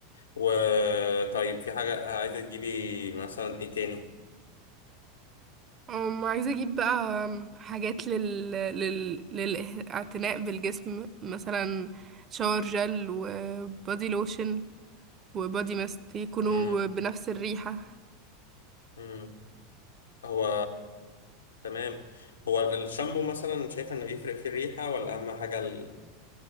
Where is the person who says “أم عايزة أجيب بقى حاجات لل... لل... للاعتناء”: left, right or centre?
Right